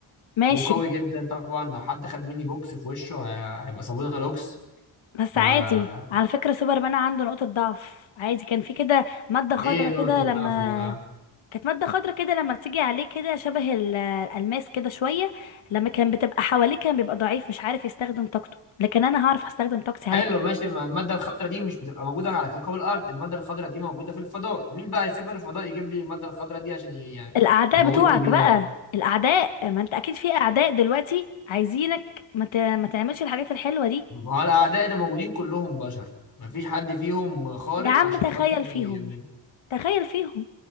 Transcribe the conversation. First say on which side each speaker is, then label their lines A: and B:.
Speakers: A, on the left; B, on the left.
A: ماشي
B: وقوي جدا طبعا لو حد خد مني بوكس في وشه هي- هيبقى صابونه لوكس
A: بس
B: فا
A: عادي على فكرة سوبرمان عنده نقطة ضعف عادي كان في كده مادة خضراء
B: ايه نقطة
A: كده
B: ضعفه
A: لما
B: بقى
A: كانت مادة خضرة كده لما بتيجي عليه كده شبه ال- الألماس كده شوية لما كان بتبقى حواليه كان بيبقى ضعيف مش عارف يستخدم طاقته لكن أنا هعرف أستخدم طاقتي
B: حلو
A: عادي
B: ماشي ما المادة الخضراء دي مش بتبقى موجودة على كوكب الأرض المادة الخضراء دي موجودة في الفضاء مين بقى يسافر الفضاء يجيب لي المادة الخضراء دي عشان ي- يعني
A: الأعداء
B: يموتني
A: بتوعك
B: بيها
A: بقى الأعداء ما أنت أكيد في أعداء دلوقتي عايزينك ما, ت... ما تعملش الحاجات الحلوة دي
B: ما هو الأعداء اللي موجودين كلهم بشر مفيش حد فيهم خارق
A: يا عم
B: عشان
A: تخيل
B: خاطر يعمل
A: فيهم يعني. تخيل فيهم